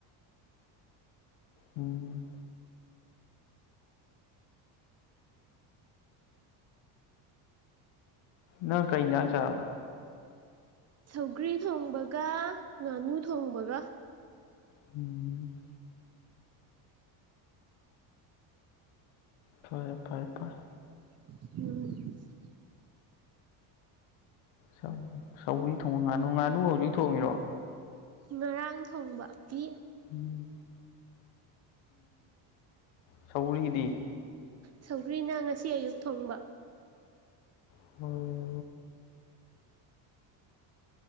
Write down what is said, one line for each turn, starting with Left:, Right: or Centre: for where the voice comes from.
Left: ꯎꯝ꯫ ꯅꯪ ꯀꯩ ꯍꯤꯟꯖꯥꯡ ꯆꯥꯔꯕ꯫
Right: ꯁꯧꯒ꯭ꯔꯤ ꯊꯣꯡꯕꯒ ꯉꯥꯅꯨ ꯊꯣꯡꯕꯒ꯫
Left: <inaudible> ꯐꯔꯦ ꯐꯔꯦ ꯐꯔꯦ꯫
Right: <unintelligible>
Left: ꯁ ꯁꯧꯒ꯭ꯔꯤ ꯊꯣꯡꯉ ꯉꯥꯅꯨ ꯉꯥꯅꯨ ꯍꯧꯖꯤꯛ ꯊꯣꯡꯉꯤꯔꯣ꯫
Right: ꯉꯔꯥꯡ ꯊꯣꯡꯕ ꯄꯤ
Left: ꯎꯝ ꯁꯧꯔꯤꯗꯤ
Right: ꯁꯧꯒ꯭ꯔꯤꯅ ꯉꯁꯤ ꯑꯌꯨꯛ ꯊꯣꯡꯕ꯫
Left: <unintelligible>